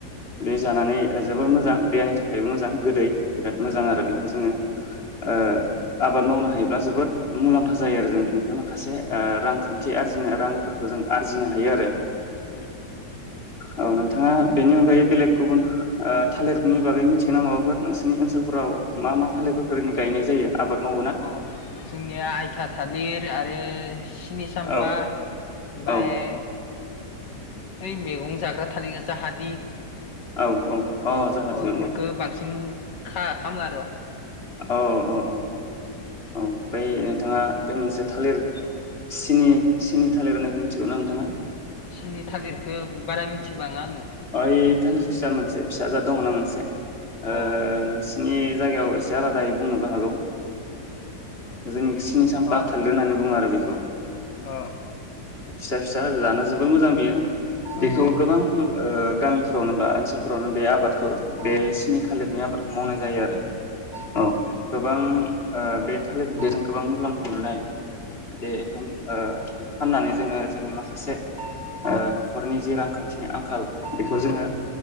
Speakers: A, on the left; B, on the left.
A: उम
B: बे जानानै जोबोर मोजां देहानि थाखायबो मोजां गोदै बिराद मोजां आरो बेखौ
A: उम
B: जोंङो ओ आबाद मावनो हाय हायोब्ला जोबोद मुलाम्फा जायो आरो जों बिनिफ्राय माखासे ओ रांखान्थि आरजिनो रांफोरखौ जों आरजिनो हायो आरो
A: उम
B: औ नोंथाङा बेनि अनगायै बेलेग गुबुन ओ थालिरनि बागै मिथिगोना माबाफोर नोंसोरनि ओनसोलफोराव मा मा थालिरफोरखौ ओरैनै गायनाय जायो? आबाद मावोना
A: अ जोंनिया आइथा थालिर आरो सिनि सामपा
B: औ
A: ओमफ्राय
B: औ
A: ओइ मैगं जाग्रा थालिरआ जाहादि
B: औ औ जाहाथे
A: अ बेफोरफोरखौ
B: नंगौ
A: बांसिन खा खाम आरो
B: औ-औ-औ-औ औ बै नोंथाङा बे मोनसे थालिर सिनि सिनि थालिर होननायखौ मिथिगौ ना नोंथाङा?
A: सिनि थालिरखौ बारा मिथिबाङा आङो
B: ओइ थालिर फिसा मोनसे फिसा जाद दंना मोनसे ओ
A: अ
B: बिनि जायगायाव एसे आलादायै बुंनोबो हागौ। जोंनिखि सिनि सामपा
A: अ
B: थालिर होनना बुङो आरो बे खौ
A: अ
B: फिसा फिसा जाना जोबोर मोजां बियो
A: अ
B: बेखौ गोबां ओ गामिफोरावनो बा ओनसोलफोरावनो बे आबादखौ बे सिनि थालिरनि आबादखौ मावनाय जायो आरो औ
A: उम
B: गोबां ओ बे थालिर बेजों गोबां मुलाम्फा मोननो हायो बे बेखौ फाननानै जोङो जोंनि माखासे न'खरनि जे रांखानथिनि आंखाल बेखौ जोङो